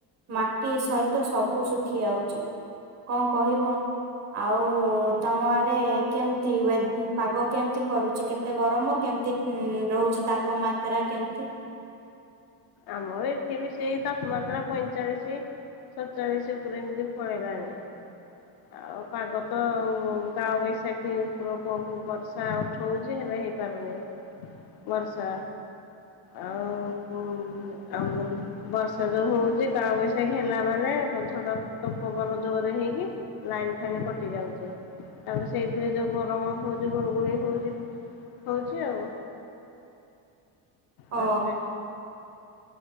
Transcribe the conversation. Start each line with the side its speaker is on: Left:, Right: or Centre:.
Right: ମାଟି ସହିତ ସବୁ ଶୁଖି ଯାଉଛି କଣ କହିବ। ଆଉ ତମ ଆଡେ ୱେବ କେମତି ପାଗ କେମିତି କରୁଚି କେତେ ଗରମ କେ କେମତି ରହୁଛି ତାପମାତ୍ରା କେମତି।
Left: ଆମ ଏଠି ବି ସେଇ ତାପମାତ୍ରା ପଇଁଚାଳିଶ। ସତତାଳିଶ ଉପରେ ଏମତି ପଳେଇଲାଣି। ଆଉ ପାଗ ତ କାଳ ବୈଶାଖୀ ଉପରକୁ ବର୍ଷା ଉଠଉଛି ହେଲେ ଲେ ହେଇପାରୁନି ବର୍ଷା ଆଉ ହୁଁ। ଆମର ବର୍ଷା ଯୋଉ ହଉଚି କଳ ବୈଶାଖୀ ହେଲା ମାନେ ଝଡ଼ ତ ପବନ ଜୋ ରରେ ହେଇକି ଲାଇନ ଫାଇନ କଟି ଯାଉଛି। ଆଉ ସେଇଥିରେ ଯୋଉ ଗରମ ହଉଛି ଗୁଲଗୁଳି ହଉଛି ହଉଛି ଆଉ।
Right: ଓ।
Left: ତାପରେ